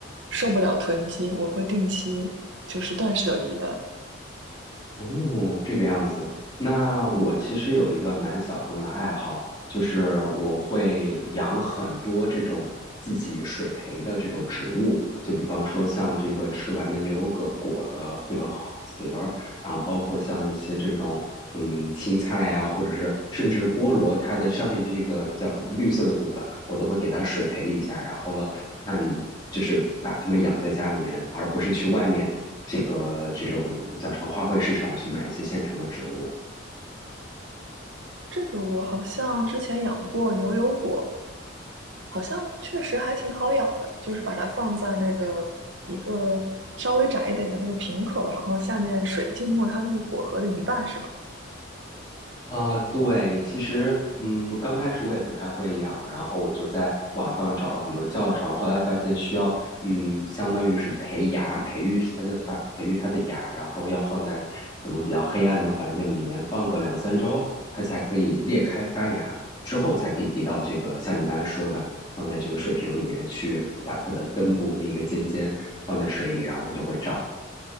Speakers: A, on the right; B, on the left.
A: 受不了囤积，我会定期就是断舍离的。
B: 哦，这个样子。那我其实有一个蛮小众的爱好，就是我会养很多这种自己水培的这种植物，就比方说像这个吃完的牛油果果的这个核儿，然后包括像一些这种嗯青菜啊，或者是甚至是菠萝，它的上面的这个叫绿色的部分，我都会给它水培一下，然后了看。就是把它们养在家里面，而不是去外面这个这种叫什么花卉市场去买一些现成的植物。
A: 这个我好像之前养过牛油果，好像确实还挺好养的，就是把它放在那个一个稍微窄一点的那个瓶口，然后下面水浸没它那个果核的一半，是吧？
B: 啊，对，其实，嗯，刚开始我也不太会养，然后我就在网上找了很多教程，后来发现需要，嗯，相当于是培芽，培育它的发，培育它的芽，然后要放在可能比较黑暗的环境里面放个两三周，它才可以裂开发芽，之后才可以移到这个像你刚才说的，放在这个水瓶里面去，把它的根部那个尖尖放在水里，然后它就会长。